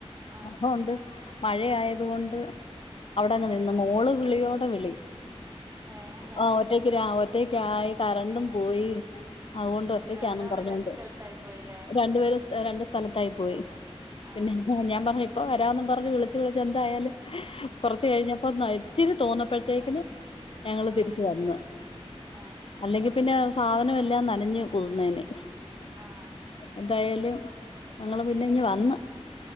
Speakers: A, on the right; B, on the left.
A: ആഹ്
B: അപ്പൊ
A: ആഹ്
B: ഉണ്ട് മഴ ആയതുകൊണ്ട് അവിടെ അങ്ങ് നിന്ന് മോള് വിളിയോട് വിളി
A: ഏഹ്
B: ആഹ് ഒറ്റക്ക് രാ ഒറ്റക്ക് ആയി കറണ്ടും പോയി അതുകൊണ്ട് ഒറ്റക്ക്യാന്നും
A: രണ്ടാള്
B: പറഞ്ഞോണ്ട്
A: രണ്ട് സ്ഥലത്തായി പോയില്ലേ
B: രണ്ടുപേരും സ് എഹ് രണ്ട് സ് സ്ഥലത്തായി പോയി
A: ആഹ്
B: പിന്നെ ഞാൻ പറഞ്ഞു ഇപ്പ വരാന്നും പറഞ്ഞ് വിളിച്ച് വിളിച്ച് എന്തായാലും കൊറച്ചു
A: ആഹ്
B: കഴിഞ്ഞപ്പോത്തിന് ഇച്ചിരി തോന്നപ്പഴത്തേയ്ക്കിന് ഞങ്ങള് തിരിച്ച്
A: ആഹ്
B: വന്ന്
A: ഏഹ്
B: അല്ലെങ്കി പിന്നെ സാധനം എല്ലാം നനഞ്ഞ് കുതിർന്നേനെ
A: ആഹ്
B: എന്തായാലും ഞങ്ങള് പിന്നെ ഇങ്ങ് വന്ന്